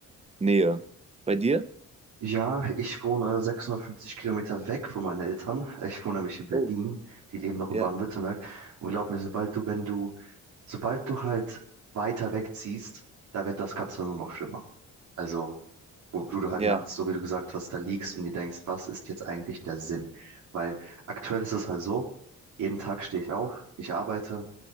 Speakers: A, on the right (about 20°); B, on the right (about 65°).
A: Nähe. Bei dir?
B: Ja, ich wohne äh, 650 Kilometer weg von meinen Eltern. Ich wohne nämlich in Berlin.
A: Oh.
B: Die leben noch in
A: Ja,
B: Baden-Württemberg. Und glaub mir, sobald du, wenn du, sobald du halt weiter wegziehst, da wird das Ganze nur noch schlimmer. Also, wo du halt
A: ja,
B: nachts, so wie du gesagt hast, da liegst und dir denkst, was ist jetzt eigentlich der Sinn? Weil aktuell ist es halt
A: ja,
B: so, jeden Tag stehe ich auf, ich arbeite,